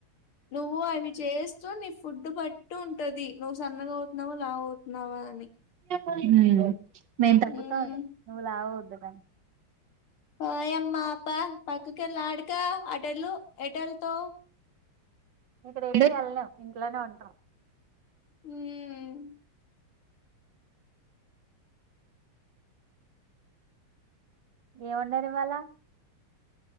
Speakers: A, on the left (about 75°); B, on the right (about 60°).
A: నువు అవి చేస్ సో నీ ఫుడ్ బట్టి ఉంటది నువ్వు సన్నగా అవుతున్నావా లావ్ అవుతున్నావా అని
B: ఉ నేను తగ్గుతా
A: ఉమ్
B: నువ్వు లావు అవుదు గాని
A: ఓయమ్మ అప పక్కకెళ్ళ ఆడకో అటేళ్ళు ఎటెళ్తావ్
B: ఇకడెక్కడ ఏళ్ళం ఇంట్లోనే ఉంటాం
A: హుమ్
B: ఏం వండారు ఇవాళ